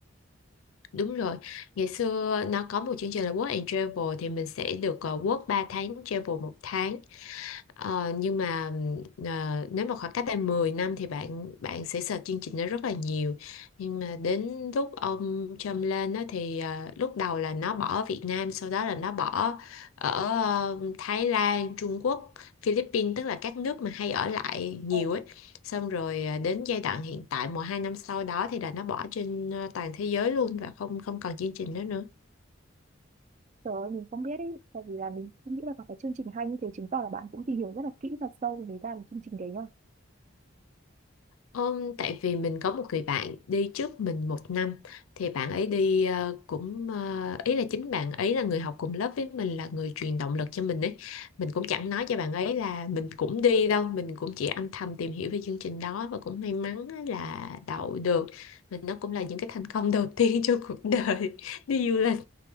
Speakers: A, on the left; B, on the right.
A: Đúng rồi, ngày xưa nó có một chương trình là Work and Travel thì mình sẽ được ờ, work 3 tháng, travel một tháng Ờ, nhưng mà ờ, nếu mà khoảng cách đây 10 năm thì bạn bạn sẽ sợ chương trình đó rất là nhiều nhưng mà đến lúc ông Trump lên đó thì ờ, lúc đầu là nó bỏ Việt Nam sau đó là nó bỏ ở ờ, Thái Lan Trung Quốc Philippines tức là các nước mà hay ở lại nhiều
B: Ờ,
A: ấy xong rồi ờ, đến giai đoạn hiện tại một hai năm sau đó thì là nó bỏ trên ờ, toàn thế giới luôn và không không còn chương trình đó nữa
B: Trời ơi, mình không biết ý, tại vì là mình cũng nghĩ là có cái chương trình hay như thế chứng tỏ là bạn cũng tìm hiểu rất là kỹ và sâu về ra được chương trình đấy nhá.
A: Ừm, tại vì mình có một người bạn đi trước mình một năm thì bạn ấy đi ờ, cũng ờ, ý là chính bạn ấy là người học cùng lớp với mình là người truyền động lực cho mình ấy mình cũng chẳng nói cho bạn ấy là mình cũng đi đâu mình cũng chỉ âm thầm tìm hiểu về chương trình đó và cũng may mắn á là đậu được mình nó cũng là những cái thành công đầu tiên <laughs> trong cuộc đời <laughs> đi du lịch